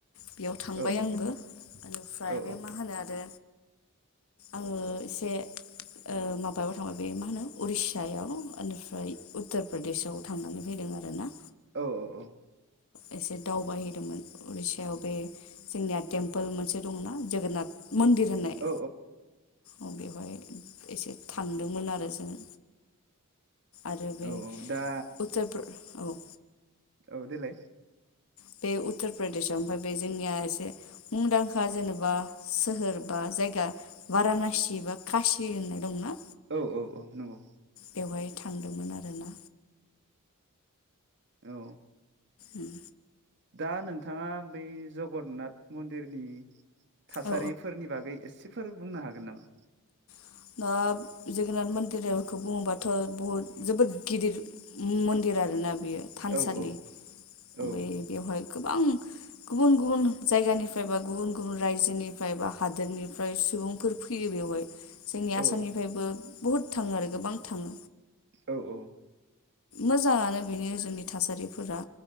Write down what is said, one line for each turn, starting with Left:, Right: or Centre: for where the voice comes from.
Left: बेयाव थांबाय
Right: औ
Left: आंबो बेनिफ्राय
Right: औ
Left: बे मा होनो आरो आङो एसे ओ माबायाव थांबाय बे मा होनो उरिस्सायाव निफ्राय उत्तर प्रदेशआव थांनानै फैदों आरो ना
Right: औ औ औ
Left: एसे दावबायहैदोंमोन उरिस्याव बे जोंनिया टेम्पोल मोनसे दंना जोगोनाथ मन्दिर होननाय
Right: औ
Left: औ बेवहाय एसे थांदोंमोन आरो जोङो आरो बे
Right: औ औ दा
Left: उत्तप्र औ
Right: औ देलाय
Left: बे उत्तर प्रदेशआव ओमफ्राय बे जोंनिया एसे मुंदांखा जेनेबा सोहोर बा जायगा बारानसि बा खासि होननाय दंना
Right: औ औ औ नंगौ
Left: बेवहाय थांदोंमोन आरोना
Right: औ
Left: उम
Right: दा नोंथाङा बै जगन्नाथ मन्दिरनि थासारिफोरनि
Left: औ
Right: बागै एसे एसेफोर बुंनो हागोन नामा
Left: ओ दा जोगनाथ मन्दिरखौ बुङोबाथ' बहुद जोबोद गिदिर मन्दिर आरोना बेयो थानसालि
Right: औ औ
Left: ओमफाय
Right: औ
Left: बेवहाय गोबां गुबुन गुबुन जायगानिफ्राय बा गुबुन गुबुन रायजोनिफ्राय बा हादोरनिफ्राय सुबुंफोर फैयो बेवहाय जोंनि आसामनिफ्रायबो
Right: औ
Left: बुहुत थाङो आरो गोबां थाङो
Right: औ औ
Left: मोजाङानो बेनो जोंनि थासारिफोरा